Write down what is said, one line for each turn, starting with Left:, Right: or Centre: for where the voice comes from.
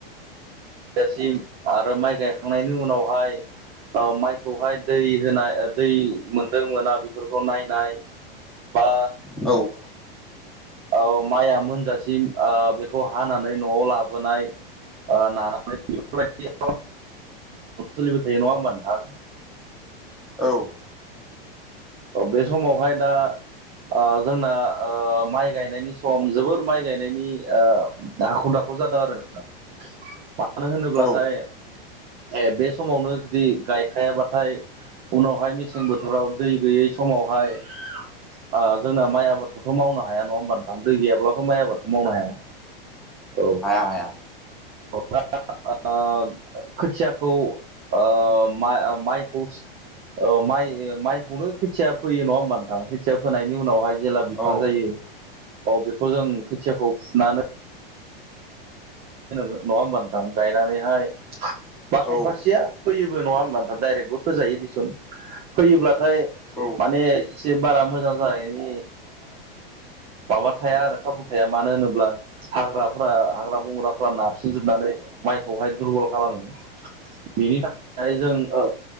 Right: गसिम आरो माइ गायखांनायनि उनावहाय माइखौहाय दै होनाय दै मोनदों मोना बेफोरखौ नायनाय बा
Centre: औ
Right: अ माया मोनजासिम बेखौ हानानै न'आव लाबोनाय ओ नानानै बेफोरबायदि सोलिबाय थायो नङा होमबा नोंथां
Centre: औ
Right: औ बे समावहाय दा ओ जोंना माइ गायनायनि सम जोबोर माइ गायनायनि <unintelligible> जादों आरो नोंथां मानो होनोब्लाथाय
Centre: औ
Right: ए बे समावनो जुदि गायखायाबाथाय उनावहाय मेसें बोथोराव दै गैयै समावहाय आ जोंना माइ आबादखौथ' मावनो हाया नङा होमबा नोंथां दै गैयाब्लाथ' माइ आबाद मावनो हाया औ
Centre: हाया हाया
Right: औ दा ओ खोथियाखौ ओ मा माइ औ माइ माइखौनो खोथिया फोयो नङा होमबा नोंथां खोथिया फोनायनि उनावहाय जेला बिफां
Centre: औ
Right: जायो औ बेखौ जों खोथियाखौ फुनानै नङा होमबा नोंथां गायनानैहाय बा
Centre: औ
Right: खायफासे
Centre: औ
Right: फोयोबो नङा होमबा नाथाय दाइरेक्टबो फोजायो दिसुन फोयोब्लाथाय
Centre: औ
Right: माने एसे बारा मोजां जानायनि माबा थाया आरो खाबु थाया मानो होनोब्ला हाग्राफोरा हाग्रा बंग्राफ्रा नारसिनजोबनानै माइखौहाय दुरबल खालामो बेनि थाखाय जों औ